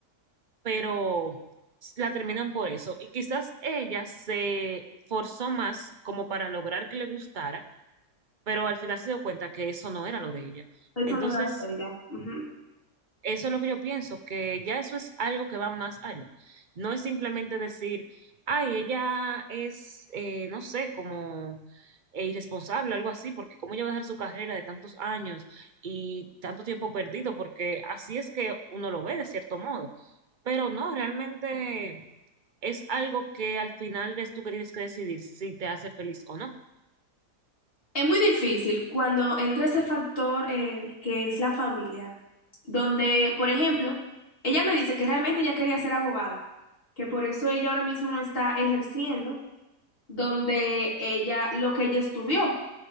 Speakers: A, on the right (about 35°); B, on the left (about 35°).
A: pero la terminan por eso. Y quizás ella se forzó más como para lograr que le gustara, pero al final se dio cuenta que eso no era lo de ella.
B: Eso
A: Entonces,
B: no da lo de ella. Ujú.
A: Eso es lo que yo pienso, que ya eso es algo que va más allá. No es simplemente decir, ay, ella es, eh, no sé, como eh, irresponsable, algo así, porque cómo ella va a dejar su carrera de tantos años y tanto tiempo perdido, porque así es que uno lo ve de cierto modo. Pero no, realmente es algo que al final eres tú que tienes que decidir si te hace feliz o no.
B: Es muy difícil cuando entra ese factor eh, que es la familia, donde, por ejemplo, ella me dice que realmente ella quería ser abogada, que por eso ella ahora mismo no está ejerciendo donde ella, lo que ella estudió,